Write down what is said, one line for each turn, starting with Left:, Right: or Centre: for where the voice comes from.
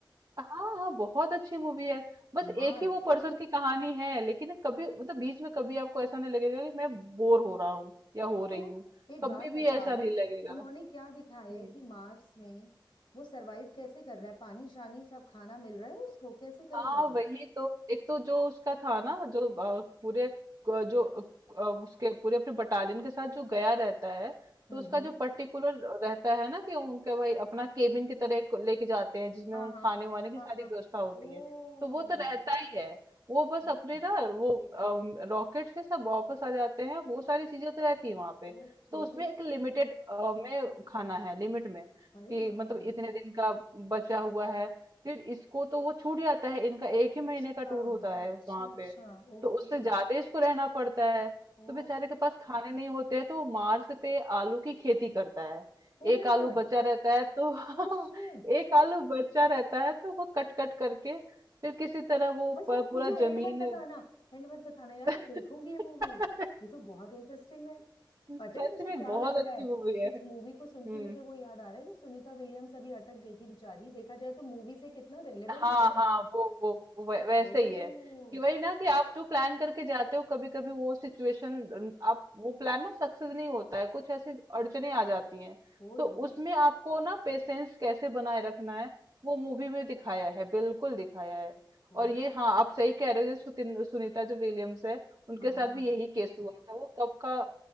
Right: हाँ हाँ बहुत अच्छी मूवी है बस
Left: मार्स
Right: एक ही वो पर्सन की कहानी है लेकिन कभी मतलब बीच में कभी आपको ऐसा नहीं लगेगा कि मैं बोर हो रहा हूँ या हो
Left: तो
Right: रही हूँ
Left: एक
Right: कभी
Left: बात
Right: भी
Left: बताओ
Right: ऐसा नहीं लगेगा
Left: उन्होंने क्या दिखाया
Right: हम्म
Left: है कि मार्स में वो सरवाइव कैसे कर रहा
Right: हम्म।
Left: है पानी शानी सब खाना मिल रहा है उसको कैसे करेगा
Right: हाँ
Left: वो
Right: वही तो एक तो जो उसका था ना जो अ, पूरे क- जो अ, उसके पूरे अपने बटालियन के साथ जो गया रहता है
Left: हम्म
Right: तो उसका
Left: हम्म
Right: जो पर्टिकुलर रहता है ना कि उनके भाई अपना केबिन की तरह एक लेके जाते हैं जिसमें
Left: हाँ
Right: उन
Left: हाँ
Right: खाने वाने की
Left: हाँ
Right: सारी
Left: हाँ
Right: व्यवस्था होती
Left: ओ
Right: है तो वो तो रहता ही है वो बस
Left: अरे
Right: अपने ना वो रॉकेट से सब वापस आ जाते हैं वो सारी चीजें तो रहती है वहां पे
Left: ओके
Right: तो उसमें एक लिमिटेड में खाना है लिमिट में
Left: अरे
Right: कि
Left: बाप
Right: मतलब
Left: रे
Right: इतने दिन का बचा हुआ है फिर इसको तो वो छूट जाता है इनका एक
Left: अच्छा
Right: ही महीने का टूर होता है
Left: अच्छा
Right: वहां
Left: अच्छा
Right: पे
Left: okay
Right: तो उससे ज्यादा इसको रहना पड़ता है
Left: Oh
Right: तो बेचारे के पास खाने नहीं होते हैं तो वो मार्च पे आलू की खेती करता है
Left: Oh my
Right: एक आलू
Left: god
Right: बचा रहता है तो
Left: Oh shit
Right: <laughs> एक आलू बचा रहता है तो वो कट कट करके फिर किसी तरह वो
Left: बस
Right: प-
Left: बस
Right: पूरा
Left: मुझे
Right: जमीन
Left: एंड मत बताना एंड मत बताना यार
Right: <laughs>
Left: मैं देखूंगी ये मूवी ये तो बहुत इंटरेस्टिंग है
Right: सच
Left: पता है मुझे
Right: में
Left: क्या
Right: बहुत
Left: लग
Right: अच्छी
Left: रहा है
Right: मूवी है
Left: इस मूवी को
Right: हम्म
Left: सुन के मुझे वो याद आ रहा है जो सुनीता विलियम्स अभी अटक गई थी बेचारी देखा जाए तो मूवी से कितना रेलेवेंस
Right: हाँ
Left: है
Right: हाँ वो वो वो वै- वैसे
Left: ओ
Right: ही है कि वही ना कि आप जो प्लान करके जाते हो कभी कभी वो सिचुएशन आप वो प्लान ना सक्सेस नहीं होता है कुछ ऐसी अड़चने आ जाती हैं
Left: Oh
Right: तो
Left: yes
Right: उसमें आपको ना पेशेंस कैसे बनाए रखना है वो मूवी में दिखाया है बिल्कुल दिखाया है
Left: ओ
Right: और ये हाँ आप सही कह रहे हो ये सुतिन- सुनीता जो विलियम्स है उनके
Left: हाँ
Right: साथ भी यही केस हुआ था वो कब का